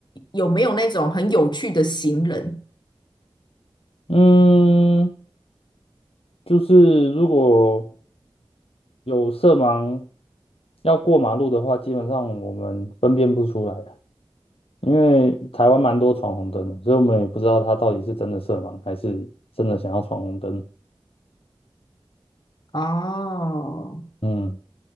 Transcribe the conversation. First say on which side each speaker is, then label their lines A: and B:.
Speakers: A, on the left (about 50°); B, on the left (about 70°).
A: 有没有那种很有趣的行人？
B: 嗯，就是如果有色盲要过马路的话，基本上我们分辨不出来啊，因为台湾蛮多闯红灯的，所以我们也不知道他到底是真的色盲还是真的想要闯红灯。
A: 哦，
B: 嗯。